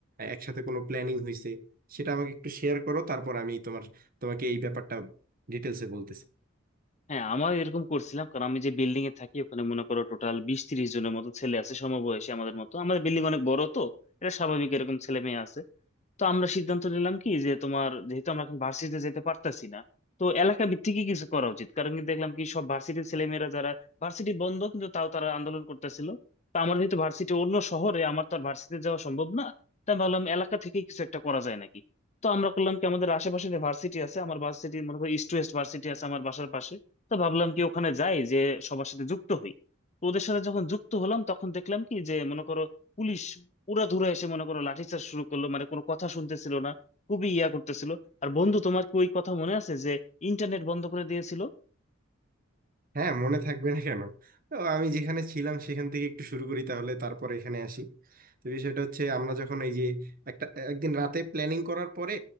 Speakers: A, on the right; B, on the left.
A: একসাথে কোনো প্ল্যানিং হয়েছে সেটা আমাকে একটু শেয়ার করো তারপর আমি তোমার তোমাকে এই ব্যাপারটা ডিটেলসে বলতেছি
B: হ্যাঁ আমার এরকম করছিলাম কারণ আমি যে বিল্ডিং এ থাকি ওখানে মনে করো টোটাল বিশ তিরিশ জনের মতো ছেলে আছে সমবয়সী আমাদের মতো আমাদের বিল্ডিং অনেক বড় তো এটা স্বাভাবিক এরকম ছেলে মেয়ে আছে তো আমরা সিদ্ধান্ত নিলাম কি যে তোমার যেহেতু আমরা এখন ভার্সিটিতে যেতে পারতাছি না তো এলাকা ভিত্তিকই কিছু করা উচিত কারণ কি দেখলাম কি সব ভার্সিটির ছেলেমেয়েরা যারা ভার্সিটি বন্ধ কিন্তু তাও তারা আন্দোলন করতেছিল তো আমার যেহেতু ভার্সিটি অন্য শহরে আমার তো আর ভার্সিটি যাওয়া সম্ভব না তাই ভাবলাম এলাকা থেকে কিছু একটা করা যায় নাকি তো আমরা করলাম কি আমাদের আশেপাশে যে ভার্সিটি আছে আমার ভার্সিটি মনে করো ইস্ট ওয়েস্ট ভার্সিটি আছে আমার বাসার পাশে তো ভাবলাম কি ওখানে যাই যে সবার সাথে যুক্ত হই তো ওদের সাথে যখন যুক্ত হলাম তখন দেখলাম কি যে মনে করো পুলিশ উড়াধুরা এসে মনে করো লাঠিচার্জ শুরু করলো মানে কোনো কথা শুনতেছিল না খুবই ইয়া করতেছিল আর বন্ধু তোমার কি ওই কথা মনে আছে যে ইন্টারনেট বন্ধ করে দিয়েছিল
A: হ্যাঁ মনে থাকবে না কেন তো আমি যেখানে ছিলাম সেখান থেকে একটু শুরু করি তাহলে তারপর এখানে আসি তো বিষয়টা হচ্ছে আমরা যখন এই যে একটা একদিন রাতে প্ল্যানিং করার পরে